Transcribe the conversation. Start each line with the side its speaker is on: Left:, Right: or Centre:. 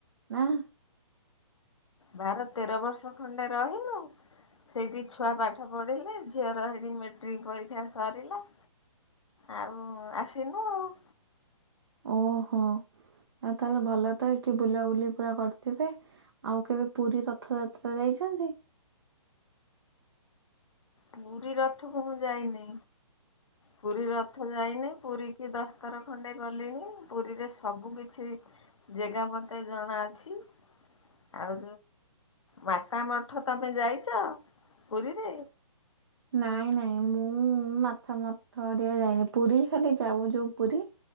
Right: ନାଆ।
Left: ବାର ତେର ବର୍ଷ ଖଣ୍ଡେ ରହିଲୁ। ସେଇଠି ଛୁଆ ପାଠ ପଢିଲେ ଝିଅର ସେଇଠି ମେଟ୍ରିକ୍ ପରୀକ୍ଷା ସରିଲା ଆଉ ଆସିଲୁ ଆଉ।
Right: ଓହୋ ଆଉ ତା ହେଲେ ଭଲ ତ ହେଠି ବୁଲାବୁଲି ପୁରା କରିଥିବେ ଆଉ କେବେ ପୁରୀ ରଥଯାତ୍ରା ଯାଇଛନ୍ତି?
Left: ପୁରୀ ରଥକୁ ମୁଁ ଯାଇନି।
Right: <unintelligible>
Left: ପୁରୀ ରଥ ଯାଇନି ପୁରୀ କି ଦଶଥର ଖଣ୍ଡେ ଗଲିଣିି ପୁରୀରେ ସବୁ କିଛି- ଜେଗା ମତେ ଜଣା ଅଛି। ଆଉ ମାତା ମଠ ତମେ ଯାଇଛ, ପୁରୀରେ?
Right: ନାଇଁ ନାଇଁ ମୁଁ ମାତା ମଠ <unintelligible> ପୁରୀ ଖାଲି ଯାଉ ଯୋଉ ପୁରୀ